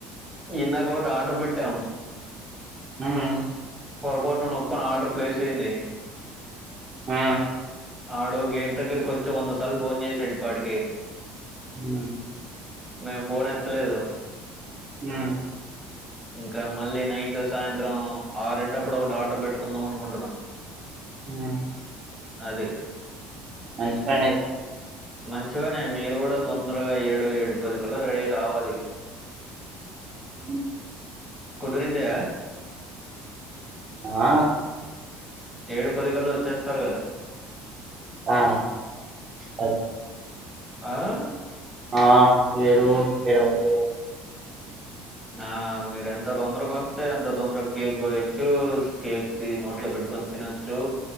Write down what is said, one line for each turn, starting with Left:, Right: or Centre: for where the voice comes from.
Centre: ఇందకోటి ఆర్డర్ పెట్టాము
Right: ఉమ్
Centre: పొరపోటున నొక్కొని ఆర్డర్ ప్లేస్ అయింది
Right: ఆ
Centre: ఆడు గేట్ దగ్గరకు వచ్చి వందసార్లు ఫోన్ చేసాడుఈ పాటికి
Right: ఉమ్
Centre: మేము ఫోన్ ఎత్తలేదు
Right: ఉమ్
Centre: ఇంకా మళ్ళీ నైట్ సాయంత్రం ఆరింటప్పుడు ఒకటి ఆర్డర్ పెట్టుకుందాం అనుకుంటున్నాం
Right: ఉమ్
Centre: అది
Right: మంచిపని అయితే
Centre: మంచిపనే మీరు కూడా తొందరగా ఏడు ఏడు పదికల్ల రెడీ అయ్యి రావాలి
Right: అ
Centre: కుదిరితే
Right: ఆ
Centre: ఏడు పదికళ్ళ వచ్చేస్తారు కదా
Right: ఆ అ
Centre: ఆ
Right: ఆ ఏడు ఇరవై
Centre: ఆ మీరు ఎంత తొందరగా వస్తే ఎంత తొందరగా కేక్ కోయొచ్చు కేక్ నోట్లో పెట్టుకొని తినొచ్చు